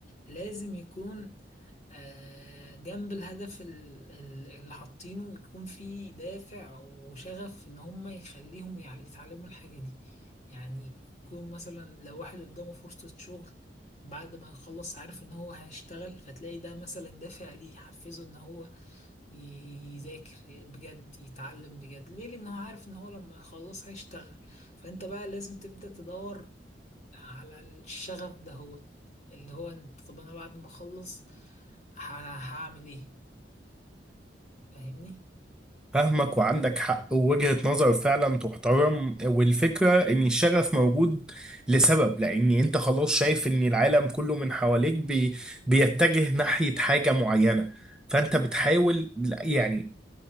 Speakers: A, on the left; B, in the centre.
A: لازم يكون آه، جنب الهدف ال- ال- اللي حاطينه يكون في دافع وشغف ان هم يخليهم يع- يتعلموا الحاجة دي يعني يكون مثلا لو واحد قدامه فرصة شغل بعد ما يخلص عارف ان هو هيشتغل فتلاقي ده مثلا دافع ليه يحفزه ان هو ي- يذاكر بجد يتعلم بجد ليه لان هو عارف ان هو لما يخلص هيشتغل فانت بقى لازم تبدأ تدور على الشغف ده هو اللي هو انت طب انا بعد ما اخلص ه- هعمل ايه فاهمني
B: فاهمك وعندك حق ووجهة نظر فعلا تحترم والفكرة ان الشغف موجود لسبب لان انت خلاص شايف ان العالم كله من حواليك بي بيتجه ناحية حاجة معينة فانت بتحاول يعني